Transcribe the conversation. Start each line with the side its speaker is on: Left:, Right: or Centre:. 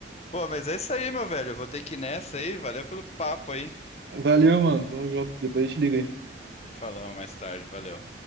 Left: Pô, mas é isso aí, meu velho. Eu vou ter que ir nessa aí. Valeu pelo papo aí.
Right: Valeu, mano. Tamo junto. Depois a gente liga aí.
Left: Se falamos mais tarde. Valeu.